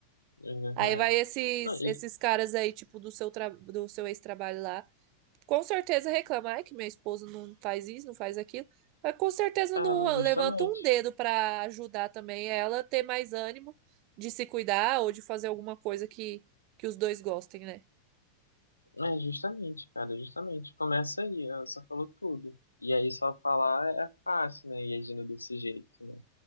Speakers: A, on the left; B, on the right.
A: É verdade.
B: Aí vai esses
A: Não, e,
B: esses caras aí, tipo, do seu tra... do seu ex-trabalho lá, com certeza reclama, ai, que meu esposo não faz isso, não faz aquilo, mas com certeza
A: ah,
B: não
A: mas justamente.
B: levanta um dedo para ajudar também ela a ter mais ânimo de se cuidar ou de fazer alguma coisa que, que os dois gostem, né?
A: É, justamente, cara, justamente. Começa aí, ela só falou tudo. E aí só falar é é fácil, né? E agindo desse jeito, né?